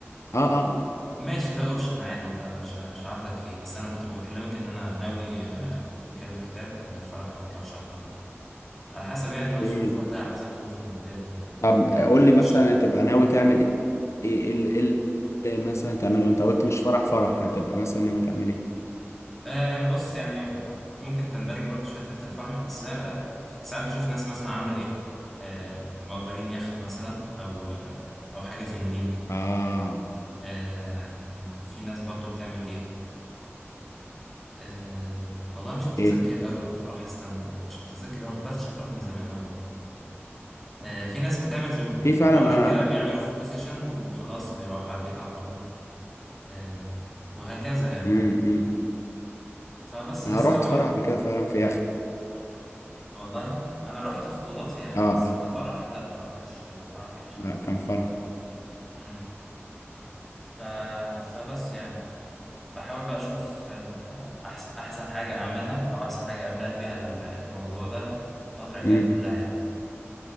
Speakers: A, on the left; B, in the centre.
A: اه اه اه
B: ماشي ده اوبشن عادي ده مش مش هعارضك فيه بس انا كنت بكلمك ان انا ناوي آه، اكتب كام كتاب قبل الفرح بكام شهر كده على حسب يعني الظروف
A: ايه
B: وقتها على حسب الظروف الماديه وكده
A: طب
B: يعني
A: آه، قول لي مثلا
B: مش
A: هتبقى ناوي تعمل ايه ايه ال- ال- إيه اللي مثلا تعمله انت قلت مش فرح فرح هتبقى مثلا ناوي تعمل ايه
B: آه بص يعني آه، ممكن تندرج برضه شويه تحت الفرح بس آه ساعات بشوف ناس مثلا عامله ايه آه مأجرين يخت مثلا او آه او حاجه في النيل
A: اه
B: آه في ناس برضه بتعمل ايه آه والله مش متذكر
A: ايه
B: قوي الافراح استنى مش متذكر أوي، ما حضرتش افراح من زمان قوي آه، في ناس بتعمل زي ما
A: في
B: بت-
A: فعلا
B: بقول لك
A: انا
B: كده بيعملوا فوتو سيشن وخلاص بيروحوا على البيت على طول آه، وهكذا يعني
A: امم إمم.
B: فبس لسه
A: انا رحت
B: بقى محت...
A: فرح قبل كده فعلا في يخت
B: والله انا رحت خطوبات في يخت
A: اه اه
B: بس كفرح لا ما رحتش آه، فرح في يخت
A: لا كان فرح
B: مم. ف... فبس يعني بحاول بقى اشوف ال- احسن احسن حاجه اعملها او احسن حاجه ابلان بيها الموضوع ده الفتره الجايه
A: امم
B: كلها يعني